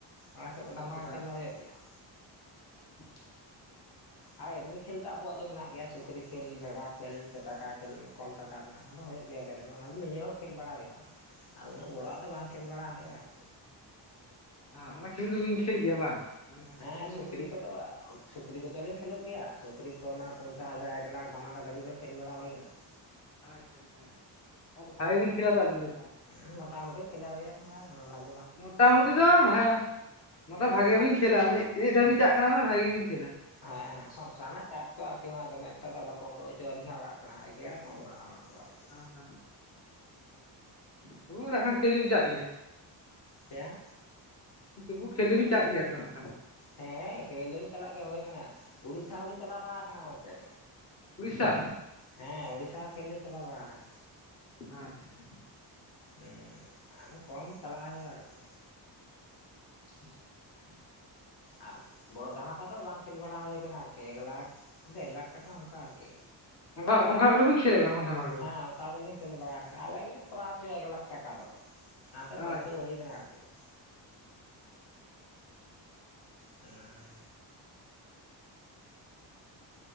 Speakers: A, on the left (about 60°); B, on the left (about 35°).
A: ᱟᱞᱮ ᱥᱮᱫ ᱫᱚ
B: ᱠᱟᱫᱟᱞᱤᱧ
A: ᱫᱷᱟᱢᱟᱠᱟ ᱠᱷᱮᱞ ᱞᱮ ᱦᱩᱭᱩᱜ ᱜᱮᱭᱟ ᱾
B: <inaudible>
A: ᱟᱨ ᱮᱢᱱᱤ ᱠᱷᱮᱞ ᱛᱚ ᱟᱵᱚᱣᱟᱜ ᱫᱚ ᱢᱮᱱᱟᱜ ᱜᱮᱭᱟ ᱥᱩᱠᱨᱤ ᱠᱷᱮᱞ ᱵᱷᱮᱰᱟ ᱠᱷᱮᱞ ᱥᱮ ᱴᱟᱠᱟ ᱠᱷᱮᱞ ᱠᱚᱢ ᱴᱟᱠᱟ ᱨᱮᱱᱟᱜ ᱚᱱᱟ ᱫᱚ ᱦᱩᱭᱩᱜ ᱜᱮᱭᱟ ᱮᱵᱮᱞᱮᱵᱮᱞ ᱚᱱᱟ ᱫᱚ ᱱᱤᱡᱮ ᱦᱚᱸ ᱠᱷᱮᱞ ᱵᱟᱲᱟ ᱦᱩᱭᱩᱜᱼᱟ ᱾ ᱟᱨ ᱩᱱᱟᱹᱜ ᱵᱚᱲᱚ ᱟᱜ ᱫᱚ ᱵᱟᱝ ᱠᱷᱮᱞ ᱵᱟᱲᱟ ᱦᱩᱭᱩᱜᱼᱟ ᱟᱨᱠᱤ᱾
B: ᱟ ᱚᱱᱟ ᱠᱷᱮᱞ ᱫᱚᱵᱤᱱ ᱠᱷᱮᱞ ᱜᱮᱭᱟ ᱵᱟᱝ? ᱢᱟᱱᱮ
A: ᱦᱮᱸ
B: ᱯᱷᱩᱴᱵᱚᱞ
A: ᱥᱩᱠᱨᱤ
B: ᱵᱤᱱ ᱠᱷᱮᱞ ᱜᱮᱭᱟ
A: ᱠᱚᱫᱚ ᱥᱩᱠᱨᱤ ᱠᱚᱫᱚᱞᱤᱧ ᱠᱷᱮᱞᱳᱜ ᱜᱮᱭᱟ ᱥᱩᱠᱨᱤ ᱠᱚ ᱢᱟᱱᱮ ᱯᱚᱧᱪᱟᱥ ᱦᱟᱡᱟᱨ ᱮᱠ ᱞᱟᱠᱷ ᱫᱷᱟᱢᱟ ᱠᱟ ᱫᱷᱟᱹᱵᱤᱡ ᱫᱚ ᱠᱷᱮᱞ ᱵᱟᱲᱟ ᱦᱩᱭ ᱟᱠᱟᱱᱟ ᱾
B: ᱟᱪᱪᱷᱟ ᱟᱪᱪᱷᱟ ᱟᱫᱚ ᱵᱷᱟᱜᱮ ᱵᱤᱱ ᱠᱷᱮᱞᱟ ᱟᱹᱵᱤᱱ ᱫᱚ ᱛᱟᱦᱚᱞᱮ?
A: ᱩᱸ ᱢᱚᱴᱟ ᱢᱩᱴᱤ ᱠᱷᱮᱞᱟ ᱦᱩᱭᱩᱜᱼᱟ, ᱫᱚᱢᱮ ᱵᱷᱟᱜᱤ
B: ᱢᱚᱴᱟᱢᱩᱴᱤ ᱫᱚ ᱵᱷᱟ ᱢᱚᱴᱟ ᱵᱷᱟᱜᱮ
A: ᱦᱮᱸ
B: ᱵᱤᱱ ᱠᱷᱮᱞᱟ ᱤᱱᱟᱹᱜ ᱫᱷᱟᱣᱵᱤᱱ ᱪᱟᱜ ᱠᱟᱱᱟ ᱢᱟᱱᱮ ᱵᱷᱟᱜᱮ ᱜᱮᱵᱤᱱ ᱠᱷᱮᱞᱟ᱾
A: ᱦᱮᱸ ᱥᱚᱝᱥᱟᱨ ᱨᱮᱱᱟᱜ ᱪᱟᱯ ᱛᱚ ᱟᱨᱠᱤ ᱫᱚᱢᱮ ᱮᱠᱴᱟ ᱫᱚ ᱵᱟᱠᱚ ᱩᱰᱳᱜ ᱚᱪᱚᱣᱟᱞᱤᱧᱟ ᱚᱲᱟᱜ ᱠᱷᱚᱱᱟᱜ ᱮᱜᱮᱨ ᱟᱠ ᱚᱲᱟᱜ ᱠᱚ ᱦᱚᱲ ᱟᱨᱠᱤ
B: <unintelligible> ᱛᱩᱵᱩ ᱱᱟᱜᱠᱷᱟᱱ ᱠᱷᱮᱞ ᱫᱚᱞᱤᱧ ᱪᱟᱜ ᱜᱮᱭᱟ?
A: ᱪᱮᱫ
B: ᱛᱩᱵᱩ ᱠᱷᱮᱞ ᱥᱚᱵᱤᱱ ᱪᱟᱜ ᱜᱮᱭᱟ ᱛᱚ ᱱᱟᱜ ᱠᱷᱟᱱ?
A: ᱦᱮᱸ ᱠᱷᱮᱞ ᱫᱚᱞᱤᱧ ᱪᱟᱞᱟᱜ ᱜᱮ ᱦᱳᱭ ᱢᱟᱱᱮ ᱩᱲᱤᱥᱥᱟ ᱦᱚᱸᱞᱤᱧ ᱪᱟᱞᱟᱣ ᱵᱟᱲᱟ ᱠᱟᱱᱟ ᱜᱚᱝᱠᱮ᱾
B: ᱩᱲᱤᱥᱥᱟ
A: ᱦᱮᱸ ᱩᱲᱤᱥᱥᱟ ᱦᱚ ᱠᱷᱮᱞ ᱞᱤᱧ ᱪᱟᱞᱟᱣ ᱵᱟᱲᱟ ᱠᱟᱱᱟ᱾
B: ᱟᱪᱪᱷᱟ ᱪᱷᱟ
A: ᱩᱸ ᱟᱫᱚ ᱠᱚᱢ ᱪᱟᱞᱟᱜ ᱦᱩᱭᱩᱜᱼᱟ ᱟᱨᱠᱤ᱾
B: <inaudible>
A: ᱟᱨ ᱵᱚᱲᱚ ᱫᱷᱟᱢᱟᱠᱟ ᱫᱚ ᱵᱟᱝ ᱠᱷᱮᱞ ᱵᱟᱲᱟ ᱦᱩᱭ ᱟᱠᱟᱱᱟ ᱟᱨᱠᱤ, ᱮᱠ ᱞᱟᱠ ᱰᱮᱲ ᱞᱟᱠᱷ ᱴᱟᱠᱟ ᱚᱱᱠᱟ ᱟᱨᱠᱤ᱾
B: ᱚᱱᱠᱟ ᱚᱱᱠᱟ ᱠᱚᱨᱮ ᱵᱤᱱ ᱠᱷᱮᱞ ᱠᱟᱱᱟ ᱵᱟᱝ ᱫᱷᱟᱢᱟᱠᱟ
A: ᱦᱮᱸ
B: ᱠᱚᱨᱮ
A: ᱚᱠᱟ ᱫᱚᱞᱤᱧ ᱠᱷᱮᱞᱳ ᱵᱟᱲᱟ ᱟᱠᱟᱫᱟ ᱟᱞᱮ ᱜᱮᱞᱮ ᱠᱚᱨᱟᱣ ᱦᱚᱪᱚᱭᱟ ᱮᱠᱞᱟᱠᱷ ᱴᱟᱠᱟ ᱫᱚ, ᱚᱱᱟᱛᱮ
B: ᱟᱪᱪᱷᱟ
A: ᱯᱟᱹᱨᱠᱟᱹᱣ ᱦᱩᱭ ᱟᱠᱟᱱᱟ ᱟᱨᱠᱤ ᱾ ᱦᱮᱸ